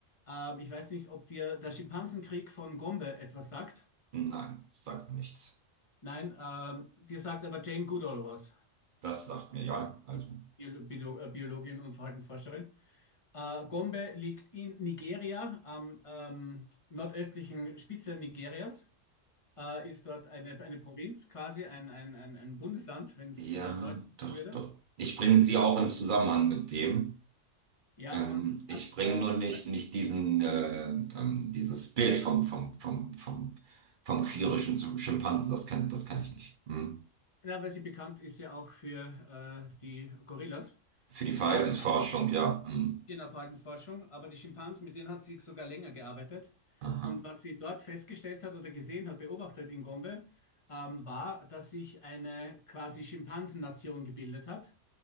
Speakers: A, on the left (about 30°); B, on the right (about 55°).
A: Ähm, ich weiß nicht, ob dir der Schimpansenkrieg von Gombe etwas sagt.
B: Nein, das sagt mir nichts.
A: Nein, ähm, dir sagt aber Jane Goodall was,
B: Das sagt mir ja, also
A: die Bio- Bio- äh, Biologin und Verhaltensforscherin. Äh, Gombe liegt in Nigeria, am ähm, nordöstlichen Spitze Nigerias. Äh, ist dort eine, eine Provinz, quasi ein, ein, ein, ein Bundesland, wenn es
B: Ja,
A: ich auf Deutsch
B: doch,
A: sagen würde.
B: doch. Ich bringe sie auch im Zusammenhang mit dem.
A: Ja,
B: Ähm,
A: und
B: ich
A: das,
B: bringe
A: ähm,
B: nur nicht, nicht diesen, äh, ähm, dieses Bild vom, vom, vom, vom, vom kriegerischen Sch- Schimpansen. Das kann, das kann ich nicht. Hm.
A: ja, weil sie bekannt ist ja auch für äh, die Gorillas,
B: Für die Verhaltensforschung,
A: ähm, aber
B: ja. Hm.
A: in der Verhaltensforschung, aber die Schimpansen, mit denen hat sie sogar länger gearbeitet.
B: Aha.
A: Und was sie dort festgestellt hat oder gesehen hat, beobachtet in Gombe, ähm, war, dass sich eine quasi Schimpansennation gebildet hat.